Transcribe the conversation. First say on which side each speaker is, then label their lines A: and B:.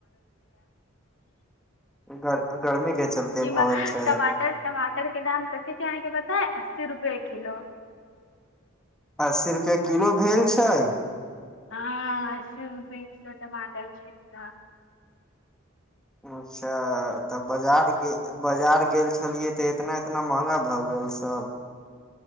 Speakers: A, in the centre; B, on the left.
A: गर गर्मी के चलते
B: ई
A: भऽ
B: मा
A: गेल छै
B: टमाटर टमाटर के दाम कथी छै अहँके ब नै अस्सी रुपये किलो
A: अस्सी रुपये किलो भेल छै
B: हँ‌ अस्सी रूपे किलो टमाटर छै अखन
A: अच्छा तऽ बजारके बजार गेल छलियै तऽ इतना इतना महँगा भऽ गेल सब